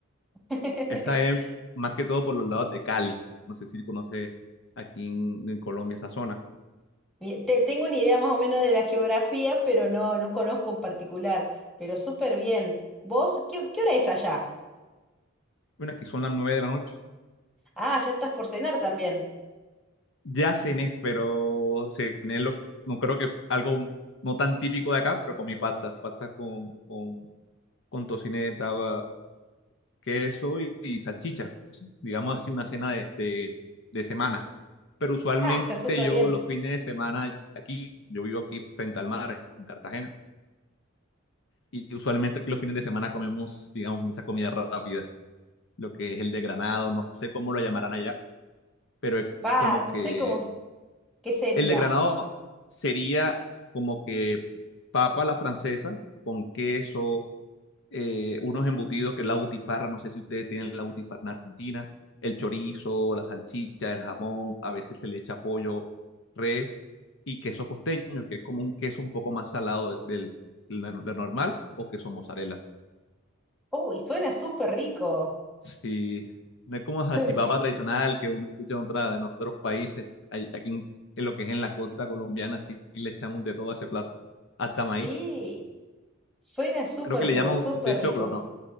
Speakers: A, in the centre; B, on the left.
A: <laughs>
B: Esa es más que todo por los lados de Cali. No sé si conoce aquí en en Colombia esa zona.
A: Mi- te- tengo una idea más o menos de la geografía, pero no, no conozco en particular, pero súper bien. ¿Vos? ¿Qué, qué hora es allá?
B: Bueno, aquí son las nueve de la noche.
A: Ah, ya estás por cenar también.
B: Ya cené, pero cené lo que, no creo que f- algo no tan típico de acá, pero comí pasta, pasta con, con, con tocineta, agua, queso y, y salchicha, digamos así, una cena de, de, de semana. Pero usualmente
A: Ah, está súper
B: yo
A: bien.
B: los fines de semana aquí, yo vivo aquí frente al mar, en en Cartagena, y usualmente aquí los fines de semana comemos, digamos, mucha comida rápida, lo que es el de granado, no sé cómo lo llamarán allá, pero es
A: Pa,
B: como
A: no
B: que
A: sé cómo. ¿Qué sería?
B: El desgranado sería como que papa a la francesa con queso, eh, unos embutidos que es la butifarra, no sé si ustedes tienen la butifarra en Argentina, el chorizo, la salchicha, el jamón, a veces se le echa pollo, res y queso costeño, que es como un queso un poco más salado del, del nor- del normal o queso mozzarella.
A: Uy, suena súper rico.
B: Sí, no es como salchipapa
A: <laughs> Sí,
B: tradicional que uno escucha en, otra, en otros países. Ay- Aquí en, en lo que es en la costa colombiana, sí le echamos de todo a ese plato. Hasta maíz.
A: sí, suena súper,
B: Creo que le
A: pero
B: llaman
A: súper
B: a usted choclo,
A: rico.
B: ¿no?